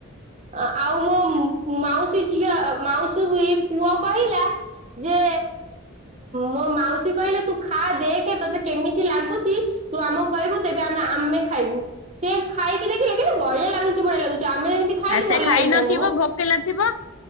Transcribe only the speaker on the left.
ଆ ସେ
ଖାଇ
ନଥିବ
ଭୋକେଲା ଥିବ।